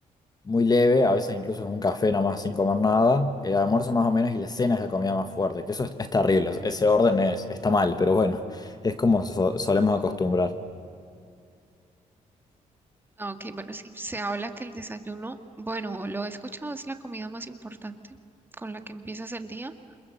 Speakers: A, on the left; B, on the right.
A: muy leve, a veces incluso es un café nomás sin comer nada, el almuerzo más o menos y la cena es la comida más fuerte, que eso es, es terrible, es- ese orden es, está mal, pero bueno, <laughs> es como so- solemos acostumbrar.
B: Ah, Ok, bueno, sí, se habla que el desayuno, bueno, lo he escuchado, es la comida más importante con la que empiezas el día.